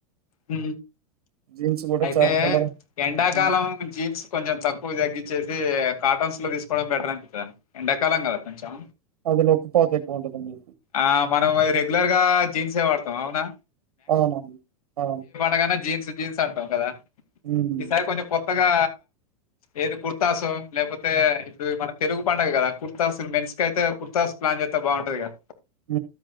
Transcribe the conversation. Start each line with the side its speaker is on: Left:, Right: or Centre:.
Left: హ
Right: జీన్స్ కూడా
Left: అయితే
Right: చాలా కలర్
Left: ఎండాకాలం
Right: ఆ!
Left: జీప్స్ కొంచెం తక్కువ తగ్గించేసి ది కాటన్స్ లో తీసుకోవడం బెటర్ అనిపిస్తాది ఎండాకాలం కదా కొంచెం
Right: అది నొక్కిపోత ఎక్కువ ఉంటదని.
Left: ఆ మనం రెగ్యులర్ గా జీన్సే వాడుతాం అవునా
Right: అ అ
Left: ఎ జీన్స్ జీన్స్ అంటాం కదా
Right: హ్మ్.
Left: ఇ సార్ కొంచం కొత్తగా ఏది కుర్తాసు లేకపోతే ఇప్పుడు మన తెలుగు పండుగ కదా కుర్తాసు మెన్స్ కి అయితే కుర్తాస్ ప్లాన్ చేస్తే బాగుంటది కదా
Right: హ